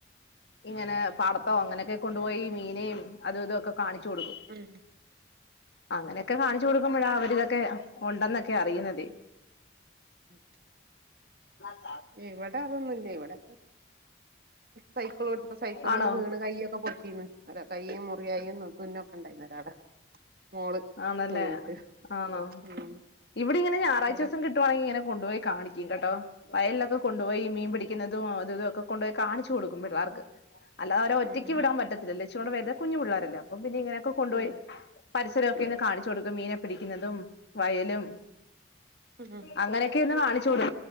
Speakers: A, on the left (about 65°); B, on the right (about 50°).
A: ഇങ്ങനെ പാടത്തോ അങ്ങനെയൊക്കെ കൊണ്ടുപോയി മീനേയും അത് ഇതൊക്കെ കാണിച്ചു കൊടുക്കും.
B: ഉം
A: അങ്ങനെയൊക്കെ കാണിച്ചു കൊടുക്കുമ്പോഴാ അവരിതൊക്കെ ഒണ്ടെന്നൊക്കെ അറിയുന്നതേ.
B: ഉം
A: പസ
B: ഇവിടെ അതൊന്നുമില്ല ഇവിടെക്കെ സൈക്കിളോട്ടിപ്പോ സൈക്കിൾമന്ന്
A: ആണോ
B: വീണ് കയ്യൊക്കെ പൊട്ടി ന്ന് കയ്യും മുറിയായിന്ന് തുന്നൊക്കെ ഇണ്ടായിന്ന് ഒരാളെ മോള്
A: ആണല്ലേ
B: വീണിട്ട്
A: ആണോ
B: ഉം
A: ഇവിടെ ഇങ്ങനെ ഞായറാഴ്ച
B: ഇവിടെ
A: ദിവസം കി ട്ടുവാണെങ്കിൽ ഇങ്ങനെ കൊണ്ടുപോയി കാണിക്കും കേട്ടോ വയലിലൊക്കെ കൊണ്ടുപോയി മീൻ പിടി പിക്കുന്നതും അതുംഇതൊക്കെ കൊണ്ട് പോയി കാണിച്ചു കൊടുക്കും പിള്ളേർക്ക് അല്ല അവ ഒറ്റക്ക്
B: ഉം ഉം
A: വിടാൻ പറ്റത്തില്ല ലക്ഷ കൊടെ വേത കുഞ്ഞു പിള്ളോരല്ല അപ്പ പിന്നെ ഇങ്ങനൊക്കെ കൊണ്ടുപോയി
B: ഉം
A: ഇരൊക്കെ ഒന്ന് കാണിച്ചു കൊടുക്കും മീനെ പിടിക്കുന്നതും വയലും
B: ഉം ഉം
A: അങ്ങനെയൊക്കെ ഒന്ന് കാണിച്ചോട്